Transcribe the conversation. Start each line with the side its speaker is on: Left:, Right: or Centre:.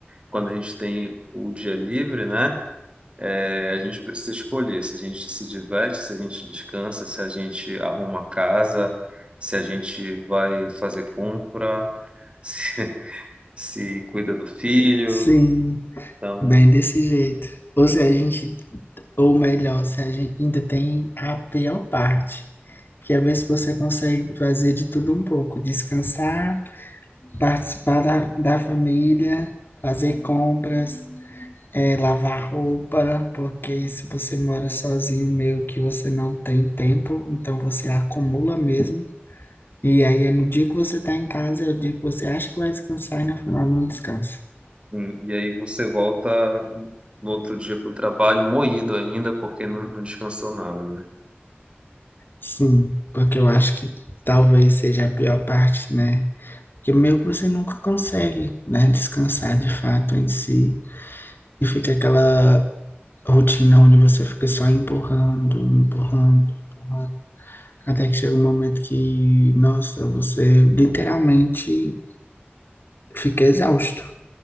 Right: quando a gente tem o dia livre, né? É, a gente precisa escolher se a gente se diverte, se a gente descansa, se a gente arruma casa, se a gente vai fazer compra, se, <laughs> se cuida do filho.
Left: Sim,
Right: Então,
Left: bem desse jeito. Ou se a gente, ou melhor, se a gente ainda tem a pior parte, que é ver se você consegue fazer de tudo um pouco, descansar, participar da, da família, fazer compras, eh, lavar roupa, porque se você mora sozinho, meio que você não tem tempo, então você acumula mesmo. E aí é no dia que você tá em casa, é o dia que você acha que vai descansar e no final não descansa.
Right: hum, e aí você volta no outro dia para o trabalho moído ainda, porque não, não descansou nada, né?
Left: Sim, porque eu acho que talvez seja a pior parte, né? Que meio que você nunca consegue, né, descansar de fato em si. E fica aquela rotina onde você fica só empurrando, empurrando, empurrando. Até que chega um momento que, nossa, você literalmente fica exausto.